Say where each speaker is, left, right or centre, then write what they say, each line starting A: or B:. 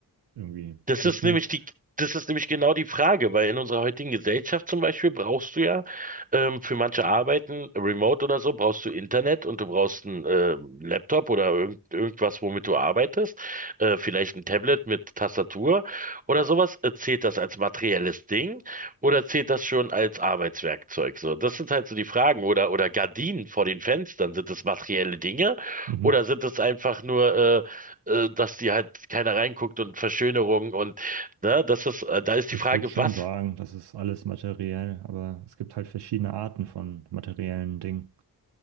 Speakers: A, on the right; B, on the right.
A: irgendwie
B: Das
A: Technik.
B: ist nämlich die, das ist nämlich genau die Frage, weil in unserer heutigen Gesellschaft zum Beispiel brauchst du ja ähm, für manche Arbeiten, remote oder so, brauchst du Internet und du brauchst einen ähm, Laptop oder irgend, irgendwas, womit du arbeitest, äh, vielleicht ein Tablet mit Tastatur oder sowas. Äh, zählt das als materielles Ding oder zählt das schon als Arbeitswerkzeug? So, das sind halt so die Fragen. Oder oder Gardinen vor den Fenstern, sind das materielle Dinge
A: Mhm.
B: oder sind das einfach nur äh, äh, dass die halt keiner reinguckt und Verschönerung und ne, das ist, äh, da ist
A: Ich
B: die Frage,
A: würde schon
B: was
A: sagen, das ist alles materiell, aber es gibt halt verschiedene Arten von materiellen Dingen.